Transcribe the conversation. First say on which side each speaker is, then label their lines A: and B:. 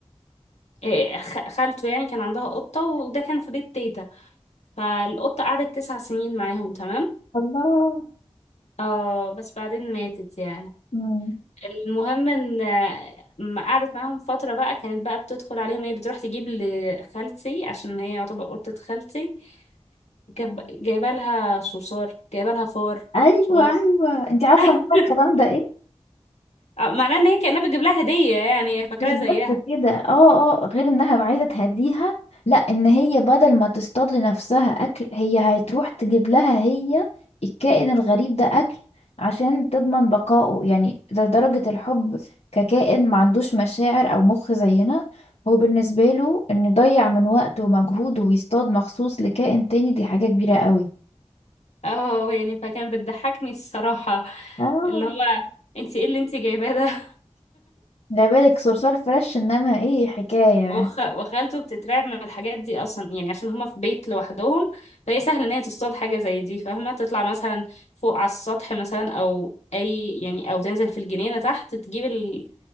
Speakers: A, on the left; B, on the left.
A: إيه خ- خالته يعني كان عندها قطة وده كان في بيت تيتا فالقطة قعدت تسع سنين معاهم تمام
B: الله
A: اه بس بعدين ماتت يعني
B: مم.
A: المهم ان آه، ما قعدت معاهم فترة بقى كانت بقى بتدخل عليهم ايه بتروح تجيب لخالتي عشان هي يعتبر قطة خالتي جاب... جايبه لها صوصار جايبه لها فار
B: ايوه
A: صغير
B: ايوه انت عارفة
A: <laughs>
B: معنى الكلام ده إيه؟
A: آه، معناه ان هي كأنها بتجيب لها هدية يعني هي فاكراها
B: مش بس
A: زيها
B: كده اه اه غير انها عايزه تهديها لا ان هي بدل ما تصطاد لنفسها اكل هي هتروح تجيب لها هي الكائن الغريب ده اكل عشان تضمن بقائه يعني لدرجه الحب ككائن ما عندوش مشاعر او مخ زينا هو بالنسبه له انه يضيع من وقته ومجهوده ويصطاد مخصوص لكائن تاني دي حاجه كبيره قوي
A: اه يعني فكان بتضحكني الصراحة
B: اه
A: اللي هو انتي ايه اللي انتي جايباه ده
B: لا بالك صرصار فريش انما ايه حكايه
A: وخ... وخالته بتترعب من الحاجات دي اصلا يعني عشان هما في بيت لوحدهم فهي سهل ان هي تصطاد حاجه زي دي فاهمه تطلع مثلا فوق على السطح مثلا او اي يعني او تنزل في الجنينه تحت تجيب ال...